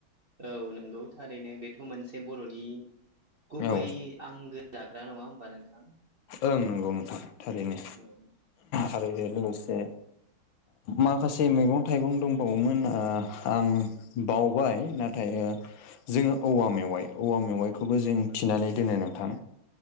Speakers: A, on the right; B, on the left.
A: औ नंगौ थारैनो बेथ' मोनसे बर'नि गुबै
B: औ
A: आंगो जाग्रा नङा होमबा नोंथां?
B: ओं नंगौ नोंथां थारैनो
A: औ
B: आरो लोगोसे माखासे मैगं- थाइगं दंबावोमोन आं बावबाय नाथाय जोङो औवा मेवाइ औवा मेवाइखौबो जों थिनानै दोनो नोंथां?